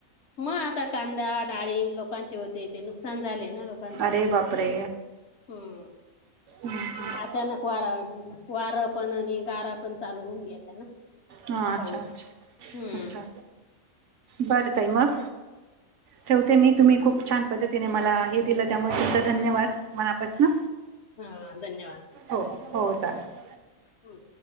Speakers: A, on the left (about 60°); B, on the right (about 65°).
A: मग आता कांदा डाळीम लोकांचे होते. ते नुकसान झाले ना लोकांचं,
B: अरे बापरे
A: हम्म.
B: हा
A: अचानक वारा वार पण आणि गारा पण चालू होऊन गेल्या ना
B: हां
A: पाऊस
B: अच्छा अच्छा
A: हम्म
B: अच्छा भाज्या ताई मग ठेवते
A: हम्म
B: मी तुम्ही खूप छान पद्धतीने मला हे दिलं त्यामुळे तुमचा धन्यवाद मनापासन.
A: हा धन्यवाद.
B: हो हो चालेल.
A: हम्म.